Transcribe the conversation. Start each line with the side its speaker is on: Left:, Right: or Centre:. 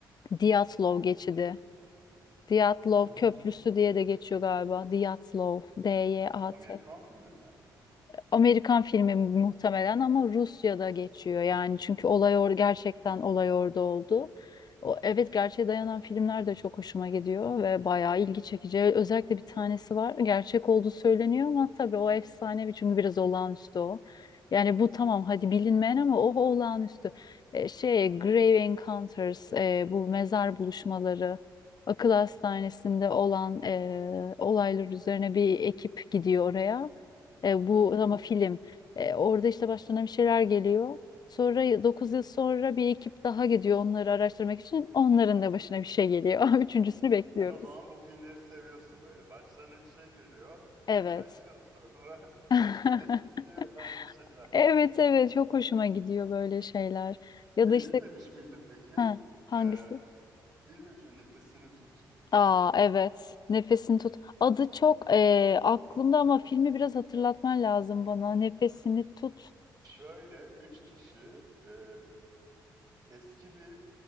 Left: Diyatlov geçidi. Diyatlov
Right: Aa,
Left: Köprüsü diye de geçiyor galiba. Diyatlov. D-Y-A-T.
Right: Amerikan filmi mi?
Left: Amerikan filmi muhtemelen ama Rusya'da geçiyor yani çünkü olay or gerçekten olay orada oldu. O, evet gerçeğe dayanan filmler de çok hoşuma gidiyor ve bayağı ilgi çekici. Özellikle bir tanesi var. Gerçek olduğu söyleniyor ama tabii o efsanevi çünkü biraz olağanüstü o. Yani bu tamam hadi bilinmeyen ama o olağanüstü. E, şey Grave Encounters e, bu mezar buluşmaları akıl hastanesinde olan e, olaylar üzerine bir ekip gidiyor oraya. E, bu
Right: Hı
Left: ama
Right: hı.
Left: film. E, orada işte başlarına bir şeyler geliyor. Sonra 9 yıl sonra bir ekip daha gidiyor onları araştırmak için. Onların da başına bir şey geliyor. <laughs> Üçüncüsünü bekliyoruz.
Right: Sen o zaman bu filmleri seviyorsun böyle. Başlarına bir şey geliyor. <laughs>
Left: Evet.
Right: Birkaç yıl sonra <laughs> başka
Left: <laughs>
Right: bir ekip gidiyor ve aynı şeyler
Left: Evet
Right: geliyor.
Left: evet çok hoşuma gidiyor böyle şeyler. Ya
Right: Şeyi
Left: da işte
Right: izlemiş miydin peki?
Left: ha, hangisi?
Right: Ee, şey izlemiş miydin? Nefesini tut.
Left: Aa evet. Nefesini tut. Adı çok e, aklımda ama filmi biraz hatırlatman lazım bana. Nefesini tut.
Right: Şöyle üç kişi e, eski bir